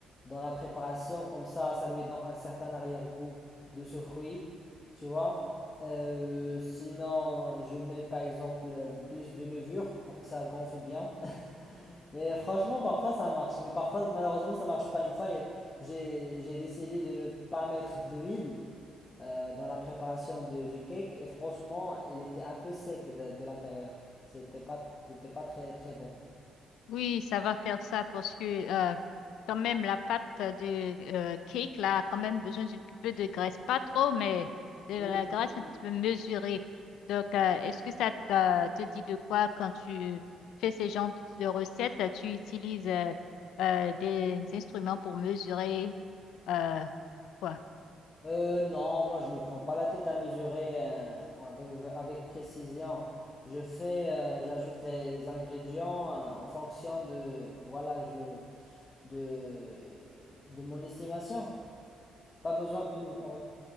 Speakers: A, on the left (about 30°); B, on the left (about 85°).
A: dans la préparation comme ça ça lui donne un certain arrière-goût de ce fruit tu vois Euh, sinon je mets par exemple euh, plus de levure pour que ça gonfle bien <laughs> mais franchement parfois ça marche mais parfois malheureusement ça marche pas une fois j'ai j'ai décidé de ne pas mettre de l'huile euh, dans la préparation de- du cake et franchement, il était un peu sec de, de l'intérieur. C'était pas, c'était pas très très bon.
B: Oui, ça va faire ça parce que euh, quand même la pâte de euh, cake là a quand même besoin d'un peu de graisse, pas trop, mais de la
A: Mm, mm.
B: graisse un petit peu mesurée. Donc, euh, est-ce que ça t'a- te dit de quoi quand tu fais ces genres de recettes, tu utilises euh, euh, des instruments pour mesurer euh, quoi?
A: Euh, non, moi je me prends pas la tête à mesurer euh, avec, avec précision. Je fais, euh, j'ajoute les, les ingrédients euh, en fonction de, voilà, je, de, de mon estimation. C'est Pas besoin de mesurer.